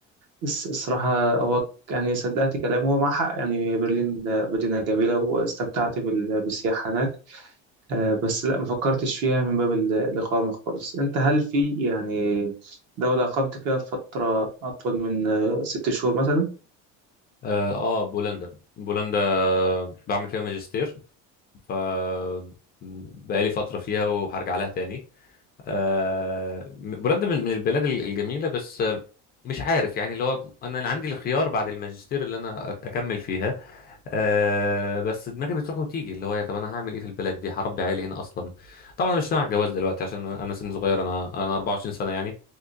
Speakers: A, on the right (about 50°); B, on the left (about 30°).
A: فالصراحة هو يعني صدقت كلامه هو مع حق يعني برلين مدينة جميلة واستمتعت بال- بالسياحة هناك آه، بس لا ما فكرتش فيها من باب ال- الإقامة خالص أنت هل في يعني دولة أقمت فيها فترة أطول من آه، ست شهور مثلا؟
B: اه آه، بولندا بولندا بعمل فيها ماجستير ف بقالي فترة فيها وهرجع لها تاني آه بولندا من من البلاد ال- الجميلة بس آه، مش عارف يعني اللي هو انا اللي عندي الخيار بعد الماجستير اللي انا أك- اكمل فيها آه بس دماغي بتروح وتيجي اللي هو يا طب انا هعمل ايه في البلد دي هربي عيالي هنا اصلا طبعا انا مش ناوي على الجواز دلوقتي عشان انا أنا سن صغير انا انا 24 سنة يعني